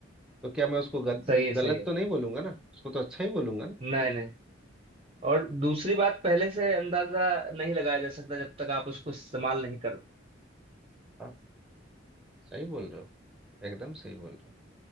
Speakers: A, in the centre; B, on the right (about 30°).
A: तो क्या मैं उसको गद,
B: सही है
A: गलत
B: सही है
A: तो नहीं बोलूंगा ना उसको तो अच्छा ही बोलूंगा ना
B: नहीं नहीं और दूसरी बात पहले से अंदाजा नहीं लगाया जा सकता जब तक आप उसको इस्तेमाल नहीं कर
A: हाँ सही बोल रहे हो एकदम सही बोल रहे हो